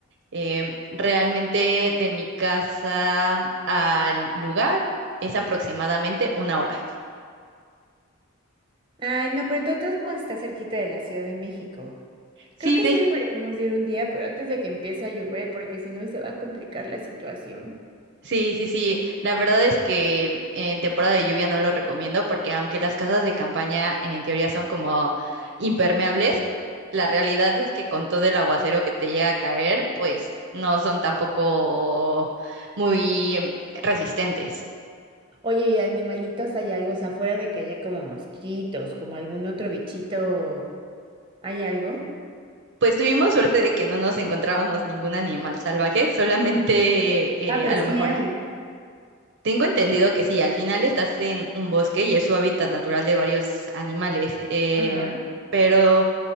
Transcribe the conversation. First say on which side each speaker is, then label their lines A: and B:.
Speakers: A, on the right; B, on the right.
A: em, realmente de mi casa al lugar es aproximadamente una hora.
B: Ay, no, pero de todos modos está cerquita de la Ciudad de México.
A: Sí,
B: Creo que
A: de
B: sí deberíamos de ir un día, pero antes de que empiece a llover, porque si no, ahí se va a complicar la situación.
A: Sí, sí, sí. La verdad es que en temporada de lluvia no lo recomiendo porque aunque las casas de campaña en teoría son como impermeables, la realidad es que con todo el aguacero que te llega a caer, pues no son tampoco muy resistentes.
B: Oye, ¿y animalitos hay algo? O sea, afuera de que haya como mosquitos, como algún otro bichito, ¿hay algo?
A: Pues tuvimos suerte de que no nos encontrábamos ningún animal salvaje, solamente
B: Ah,
A: eh,
B: pero
A: a lo
B: sí
A: mejor.
B: hay.
A: a- Tengo entendido que sí, al final estás en un bosque y es su hábitat natural de varios animales, eh,
B: Ajá.
A: pero